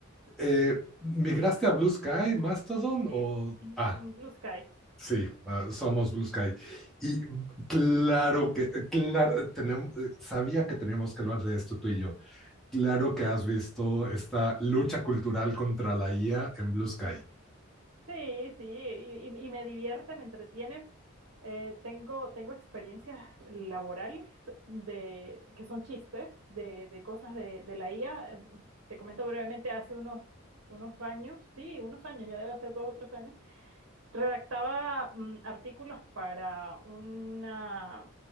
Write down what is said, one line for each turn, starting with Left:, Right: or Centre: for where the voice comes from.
Centre: Eh, ¿migraste a Blue Sky, Mastodon
Right: Sí,
Centre: o...
Right: un
Centre: Ah,
Right: un blue sky.
Centre: sí, ah, somos Blue Sky. Y claro que, claro, tenemos, sabía que teníamos que hablar de esto tú y yo. Claro que has visto esta lucha cultural contra la IA en Blue Sky.
Right: Sí, sí, y, y- y me divierte, me entretiene. Eh, tengo, tengo experiencias laborales de, que son chistes de, de cosas de, de la IA. Eh, Te comento brevemente, hace unos, unos años, sí, unos años, ya debe hacer dos o tres años, redactaba mm, artículos para una